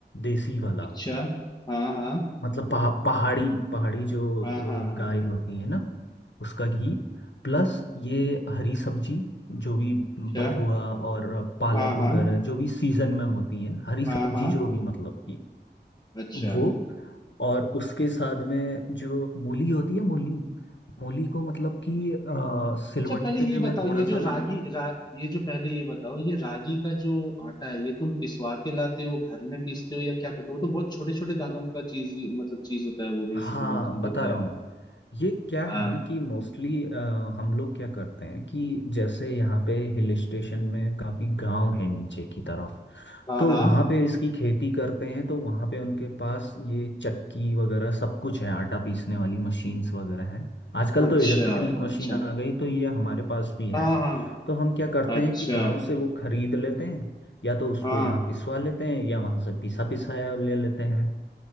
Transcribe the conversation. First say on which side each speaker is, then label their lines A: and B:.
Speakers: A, on the left (about 80°); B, on the left (about 20°).
A: देसी वाला
B: अच्छा हाँ हाँ
A: मतलब पहा, पहाड़ी पहाड़ी जो
B: हाँ हाँ हाँ
A: अ, गाय होती है ना उसका घी प्लस ये हरी सब्जी जो भी बथुआ
B: अच्छा
A: और पालक
B: हाँ हाँ
A: वगैरह जो भी सीजन में होती है हरी सब्जी
B: हाँ हाँ
A: जो भी मतलब कि
B: अच्छा
A: वो और उसके साथ में जो मूली होती है मूली मूली को मतलब कि अ, सिलवट्टे
B: अच्छा पहले ये बताओ
A: में थोड़ा
B: ये
A: सा
B: जो
A: ना
B: रागी रा, ये जो पहले ये बताओ ये रागी का जो आटा है ये तुम पिसवा के लाते हो घर में पीसते हो या क्या करते हो वो तो बहुत छोटे छोटे दानों का चीज मतलब चीज होता है वो बेसिकली
A: हाँ
B: मैंने
A: बता
B: देखा
A: रहा
B: है
A: हूँ ये क्या
B: हाँ
A: है ना कि मोस्टली हम लोग क्या करते हैं कि जैसे यहाँ पे हिल स्टेशन में काफ़ी गांव है नीचे की तरफ
B: हाँ
A: तो
B: हाँ
A: वहाँ पे इसकी खेती करते हैं तो वहाँ पे उनके पास ये चक्की वगैरह सब कुछ है आटा पीसने वाली मशीन्स वगैरह हैं आजकल
B: अच्छा
A: तो इलेक्ट्रॉनिक मशीन
B: अच्छा
A: आ गई तो ये हमारे पास भी है
B: हाँ हाँ
A: तो हम क्या करते
B: अच्छा
A: हैं कि गांव से वो खरीद लेते हैं या तो उसको
B: हाँ
A: यहाँ पिसवा लेते हैं या वहाँ से पिसा पिसाया ले लेते हैं